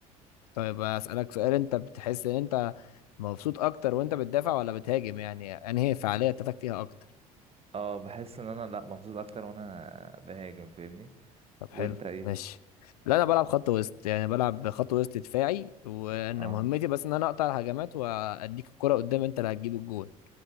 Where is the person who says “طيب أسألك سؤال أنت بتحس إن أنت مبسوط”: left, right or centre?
Left